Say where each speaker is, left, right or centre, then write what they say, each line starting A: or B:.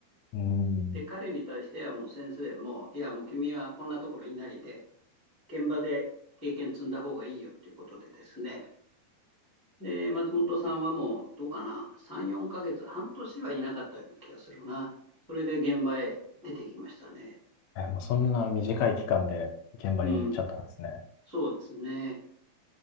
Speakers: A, on the left (about 80°); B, on the left (about 15°).
A: うん。
B: で、彼に対してはもう先生も、いや、もう君はこんなところいないで、現場で経験積んだ方がいいよっていうことでですね、で、松本さんはもう、どうかな、3、4ヶ月、半年はいなかったような気がするな。それで現場へ出てきましたね。
A: え、もうそんな短い期間で現場に行っちゃったんですね。
B: うん、そうですね。